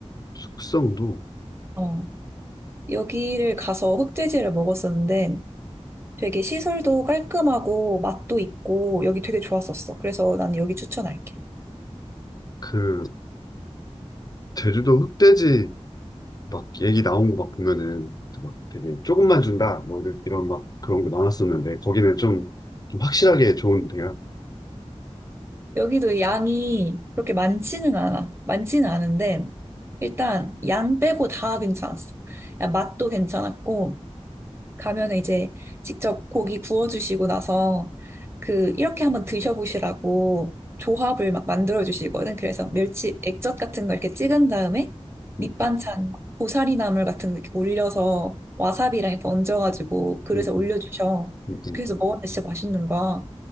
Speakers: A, on the left; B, on the right.
A: 숙성도
B: 어, 여기를 가서 흑돼지를 먹었었는데, 되게 시설도 깔끔하고 맛도 있고 여기 되게 좋았었어. 그래서 나는 여기 추천할게.
A: 그, 제주도 흑돼지 막 얘기 나온 거 막 보면은 막 되게 조금만 준다 뭐 이런, 이런 막 그런 거 나왔었는데 거기는 좀, 좀 확실하게 좋은 데야.
B: 여기도 양이 그렇게 많지는 않아. 많지는 않은데, 일단 양 빼고 다 괜찮았어. 야, 맛도 괜찮았고, 가면은 이제 직접 고기 구워주시고 나서, 그, 이렇게 한번 드셔보시라고 조합을 막 만들어주시거든. 그래서 멸치 액젓 같은 걸 이렇게 찍은 다음에, 밑반찬
A: 음, 음,
B: 고사리 나물 같은 거 이렇게 올려서 와사비랑 이렇게 얹어가지고 그릇에
A: 음,
B: 올려주셔.
A: 음, 음, 음.
B: 그래서 먹었는데 진짜 맛있는 거야.